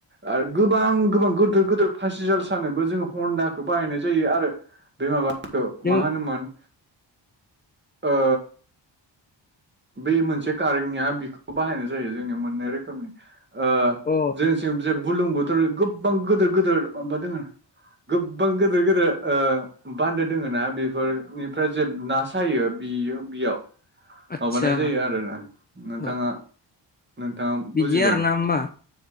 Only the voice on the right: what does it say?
आरो गोबां -गोबां गिदिर- गिदिर फासि जाल सानोबो जोङो हन्दाखौ बाहायनाय जायो आरो बे माबाखौ
मा होनोमोन? ओ बे मोनसे कारेन्टनिया बिखौ बाहायनाय जायो जोंनि मोननै रोखोमनि, ओ
जों थिं जे बुरलुं बोथोर गोबां गिदिर- गिदिर माबा दङ आरो। गोबां गेदेर गेदेर बान्दो दोङो ना बेफोरनिफ्राय जे ना सायो बियो बियाव
माबानाय जायो आरोना नोंथाङा
नोंथाङा
बुजिदों